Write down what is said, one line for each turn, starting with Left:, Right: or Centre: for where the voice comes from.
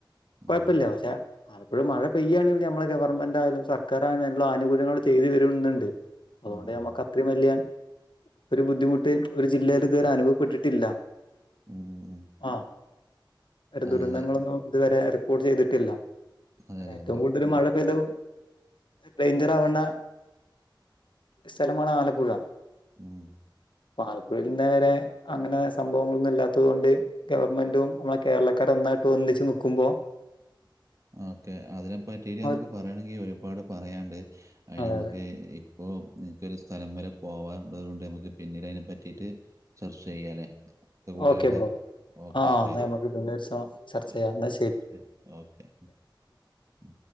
Right: ഉം
Left: കൊയപ്പയില്ല പഷേ അപ്പോഴും മഴ പെയ്യയാണെങ്കിൽ മ്മെ ഗവൺമെന്റ ആയാലും സർക്കാരായാലും എല്ലാം ആനുകൂല്യങ്ങൾ ചെയ്തു വരുന്നുണ്ട്. അതുകൊണ്ട്
Right: ഉം ഉം
Left: മ്മക്ക് അത്രയും വല്യാ ഒരു ബുദ്ധിമുട്ട് ഒരു ജില്ലയിൽ ഇതുവരെ അനുഭവപ്പെട്ടിട്ടില്ല.
Right: ഉം ഉം
Left: ആ ഒരു
Right: അതെ
Left: ദുരന്തങ്ങളൊന്നും
Right: അതെ
Left: ഇതുവരെ റിപ്പോർട്ട് ചെയ്തിട്ടില്ല
Right: അതെ
Left: അ
Right: അതെ
Left: ഏറ്റവും
Right: അതെ
Left: കൂടുതൽ
Right: ഉം
Left: മഴ പെയ്ത ഡേഞ്ചർ ആവുന്ന സ്ഥലമാണ് ആലപ്പുഴ.
Right: ഉം
Left: ആലപ്പുഴയിൽ ഇന്നേ വരെ അങ്ങനെ സംഭവങ്ങളൊന്നും ഇല്ലാത്തത് കൊണ്ട് ഗവണ്മെന്റും നമ്മുടെ കേരള കാരും നന്നായിട്ട് ഒന്നിച്ച് നിക്കുമ്പോ
Right: <inaudible> ഓക്കെ അതിനെ പറ്റിട്ട്
Left: അവർക്ക്
Right: നമുക്ക് പറയണെങ്കിൽ ഒരുപാട് പറയാണ്ട് അതിന്
Left: അതെ
Right: നമുക്ക്
Left: അതെ
Right: ഈ അപ്പോ എനിക്കോരു സ്ഥലം വരെ പോവാറത് കൊണ്ട് നമുക്ക് പിന്നീട് അതിനെ പറ്റിട്ട് ചർച്ച ചെയ്യല്ലേ. അടുത്ത കോളിലൂടെ
Left: ഓക്കെ ബ്രോ
Right: ഓക്കെ
Left: ആ
Right: ശരി
Left: എന്നാ നമുക്ക് പിന്നെ ഒരു ദിവസം
Right: ഓ
Left: ചർച്ച
Right: ശരി
Left: ചെയ്യാം എന്നാ
Right: ശരി ഓക്കെ ഉം